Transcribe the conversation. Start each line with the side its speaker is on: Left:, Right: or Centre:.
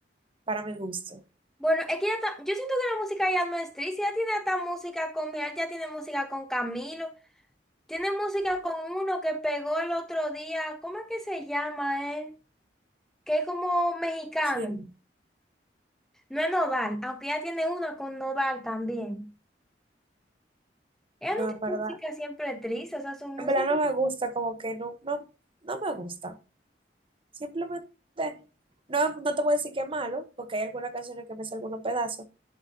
Right: para mi gusto.
Centre: Bueno, es que ya está, yo siento que la música ya no es triste, ya tiene hasta música con, mira, ya tiene música con Camilo, tiene música con uno que pegó el otro día, ¿cómo es que se llama él? Que es como mexicano,
Right: ¿Quién?
Centre: no es Nodal, aunque ya tiene una con Nodal también. Ella
Right: No,
Centre: no tiene
Right: en verdad.
Centre: música siempre triste, o sea, su música.
Right: En verdad no me gusta, como que no, no, no me gusta. Simplemente, no, no te voy a decir que es malo, porque hay algunas canciones que me hacen algunos pedazos.